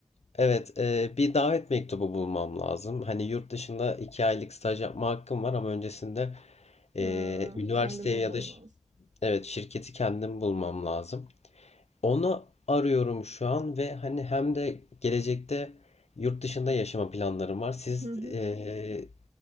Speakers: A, on the left (about 60°); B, on the right (about 85°).
A: evet e, bir davet mektubu bulmam lazım. Hani yurt dışında iki aylık staj yapma hakkım var ama öncesinde e,
B: Ha,
A: üniversiteye
B: kendin bulman
A: ya da ş-
B: lazım.
A: evet şirketi kendim bulmam lazım. Onu arıyorum şu an ve hani hem de gelecekte yurt dışında yaşama planlarım var. Siz
B: Hı hı.
A: eee